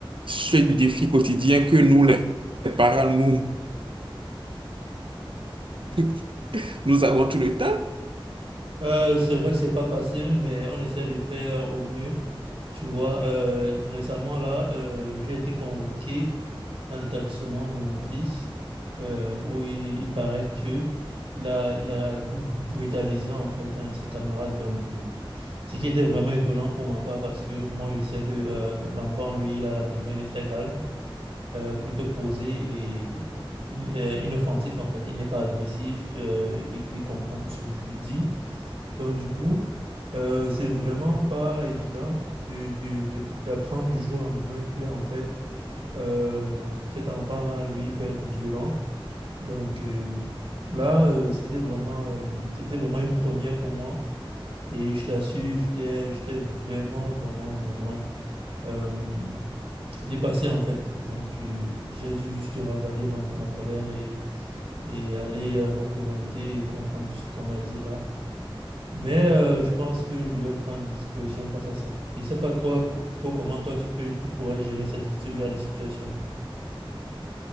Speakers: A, on the right; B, on the right.
A: ce défi quotidien que nous, les parents, nous, <laughs> nous avons tout le temps?
B: Euh, c'est vrai que c'est pas facile, mais on essaie de faire au mieux. Tu vois, euh, récemment, là, euh, j'ai été convoqué dans l'établissement de mon fils, euh, où il, il paraît que il a, il a br- brutalisé en fait un de ses camarades. Donc, euh, ce qui était vraiment étonnant pour ma part parce que moi, je sais que euh, l'enfant, lui, il est à la maison, il est très calme, euh, plutôt posé et in- euh, inoffensif en fait. Il n'est pas agressif, euh, il, il comprend tout ce que je lui dis. Donc, du coup, euh, c'est vraiment pas évident de- de- de- d'apprendre du jour au lendemain que en fait, euh, cet enfant-là, lui, peut être violent. Donc euh, là, euh, c'était vraiment, euh, c'était vraiment une première pour moi. Et je t'assure, j'étais, j'étais vraiment, vraiment, vraiment euh, dépassé en fait. Donc euh, j'ai dû juste ravaler ma, ma colère et, et aller euh, représenter et comprendre tout ce qu'on m'a dit là. Mais euh, je pense que je vais prendre des dispositions face à ça. Je ne sais pas toi, co- trop comment toi tu peux, tu pourrais gérer cette, ce genre de situation.